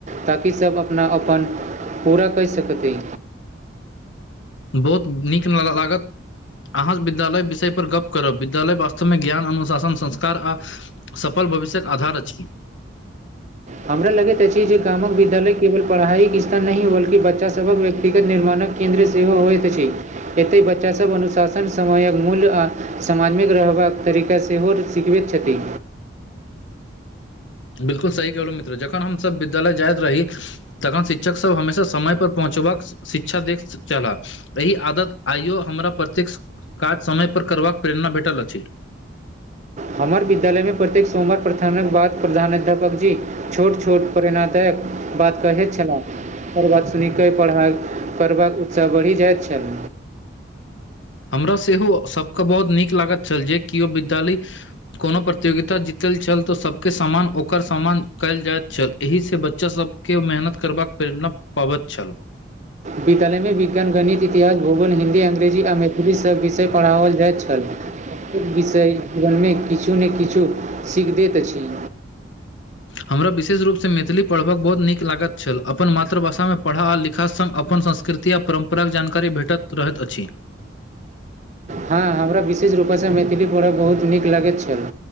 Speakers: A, on the right (about 40°); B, on the left (about 75°).
A: ताकि सब अपना अपन पूरा कैय सकती
B: बहुत नीक नाला लागत अहाँ सँ विद्यालय विषय पर गप्प करब विद्यालय वास्तवमे ज्ञान अनुशासन संस्कार आ सफल भविष्यक आधार अछि
A: हमरा लगैत अछि जे गामक विद्यालय केवल पढ़ाइ स्तर नहि बल्कि बच्चासभक व्यक्तिगत निर्माणक केन्द्र सेहो होइत अछि एतैय बच्चासभ अनुशासन समयक मूल्य आ समाजमे रहबाक तरी का सेहो सिखबैत छथि
B: बिल्कुल सही कहलहुँ मित्र जखन हमसभ विद्यालय जाइत रही तखन शिक्षकसभ हमेशा समयपर पहुँचबाक शिक्षा दैक छलाह एहि आदत आइयो हमरा प्रत्यके काज समयपर करबाक प्रेरणा भेटल अछि
A: हमर विद्यालयमे प्रत्येक सोमवार प्रार्थनाक बाद प्रधानाध्यापक जी छोट छोट प्रेणादायक बात कहैत छलाह ओकर बाद सुनि केँ पढ़ाइ करबाक उत्साह बढ़ि जाइत छल
B: हमरा सेहो सभ कऽ बहुत नीक लागैत छल जे किओ विद्यालय कोनो प्रतियोगिता जीतल छल तऽ सभ केँ सामान ओकर सामान कयल जाइत छल एहिसँ बच्चासभ केँ ओ मेहनत करबाक प्रेरणा पाबैत छल
A: विद्यालयमे विज्ञान, गणित, इतिहास, भूगोल, हिन्दी, अङ्ंग्रेजी आ मैथिली सब विषय पढ़ाओल जायत छल प्रत्येक विषय जीवनमे किछु नय किछु सीख दैत अछि
B: हमरा विशेष रूपसँ मैथिली पढ़बक बहुत नीक लागैत छल अपन मातृभाषामे पढ़ा आ लिखा संग अपन संस्कृ ति आ परम्पराके जानकारी भेटैत रहैत अछि
A: हँ हमरा विशेष रूपेसँ मैथिली पढ़ब बहुत नीक लगैत छल